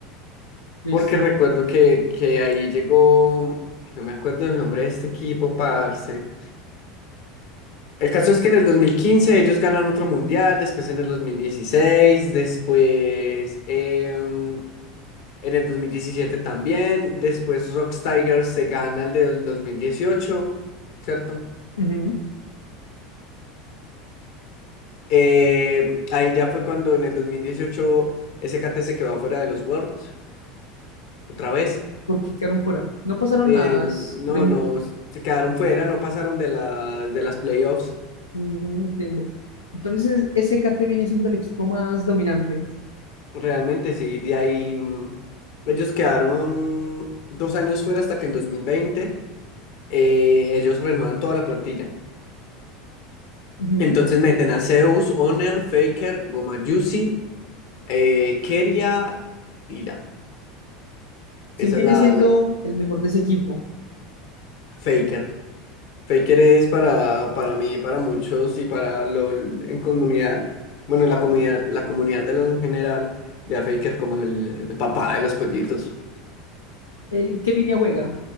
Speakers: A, on the left; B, on the left.
A: listo.
B: porque recuerdo que, que ahí llegó, ay, no me acuerdo el nombre de este equipo, parce. El caso es que en el 2015 ellos ganan otro mundial, después en el 2016, después... em, En el 2017 también. Después Rocks Tigers se gana el del dos mil dieciocho ¿cierto?
A: Ujú.
B: Eh, ahí ya fue cuando en el 2018 SKT se quedó fuera de los Worlds, otra vez.
A: ¿Por qué quedaron fuera? No pasaron
B: Eh,
A: las
B: no,
A: premi-
B: no, se quedaron fuera, no pasaron de, la, de las playoffs.
A: Ujú, entiendo. Entonces, SKT viene siendo el equipo más dominante.
B: Realmente sí, de ahí mm, ellos quedaron dos años fuera hasta que en 2020 eh, ellos renuevan toda la plantilla.
A: Ujú.
B: Entonces meten a Zeus, Honor, Faker, Goma Juicy Eh, Keria y ya.
A: ¿Quién
B: Esa
A: viene
B: es la,
A: siendo
B: la
A: el mejor de ese equipo?
B: Faker. Faker es para, para mí, para muchos y para LOL en comunidad. Bueno, la comunidad, la comunidad de LOL en general ve a Faker como el, el papá de los pollitos.
A: ¿El, qué línea juega?